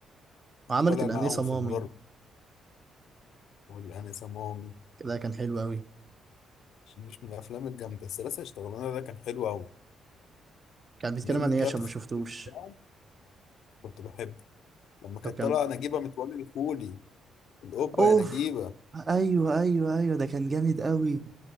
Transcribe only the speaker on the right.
وعملت
الأنيسة
مامي
كده كان حلو أوي
كان بيتكلم
عن ايه
عشان ما
شفتوش
طب كان
اوف
ايوه ايوه ايوه ده كان جامد أوي